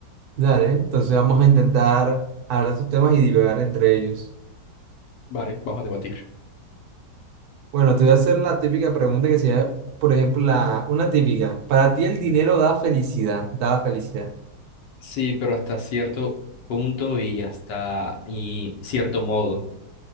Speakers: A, on the right (about 70°); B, on the left (about 80°).
A: dale, entonces vamos a intentar hablar de estos temas y divagar entre ellos.
B: Vale, vamos a debatir.
A: Bueno, te voy a hacer la típica pregunta que sería, por ejemplo, la, una típica. ¿Para ti el dinero
B: Claro.
A: da felicidad? Da la felicidad.
B: Sí, pero hasta cierto punto y hasta y cierto modo,